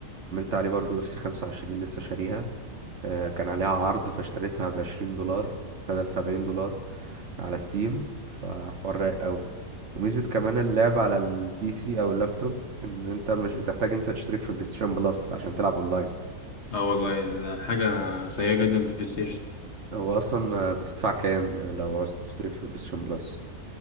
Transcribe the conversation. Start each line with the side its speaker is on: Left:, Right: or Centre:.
Right: عليه برضو اف سي 25 لسه شاريها آه، كان عليها عرض فاشتريتها بعشرين دولار بدل سبعين دولار على ستيم فحوار رايق أوي وميزة كمان اللعب على البي سي أو اللابتوب إن أنت مش بتحتاج أنت تشترك في بلايستيشن بلس عشان تلعب أونلاين
Left: اه والله حاجه سيئه جدا في البلاي ستيشن
Right: هو أصلا آه، بتدفع كام آه، لو عاوز تشترك في بلايستيشن بلس